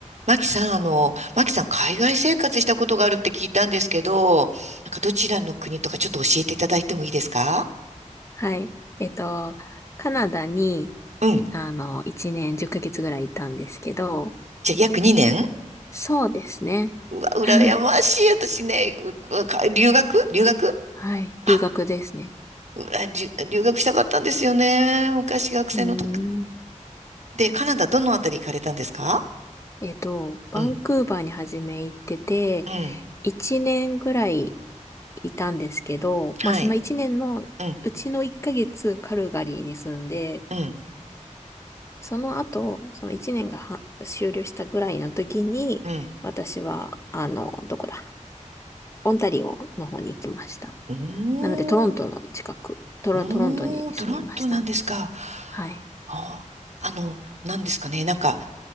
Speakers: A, on the right; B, on the left.
A: マキさん、あの、マキさん、海外生活したことがあるって聞いたんですけど、なんかどちらの国とかちょっと教えていただいてもいいですか
B: はい。えっと、カナダに、
A: うん。
B: あの、1年10ヶ月ぐらいいたんですけど、
A: じゃあ、約2年
B: そうですね。
A: うわ、羨ましい。
B: <laughs>
A: 私ね、ううか留学留学
B: はい。
A: あ、
B: 留学ですね。
A: うわりゅ留学したかったんですよね。昔学生の時。
B: うーん。
A: で、カナダどのあたり行かれたんですか
B: えっと、バンクーバーに初め行ってて、
A: うん、うん、
B: 1年ぐらいいたんですけど、
A: はい、
B: まあその1年のうちの1ヶ月カルガリーに住んで、
A: うん、うん、
B: その後、その1年がは終了したぐらいの時に、
A: うん。
B: 私は、あの、どこだ、オンタリオの方に行きました。
A: おー、
B: なので、トロントの近く、トロ、
A: おー、
B: トロントに住みましたね。
A: トロントなんですか。
B: はい。
A: あー、あの、なんですかね、なんか、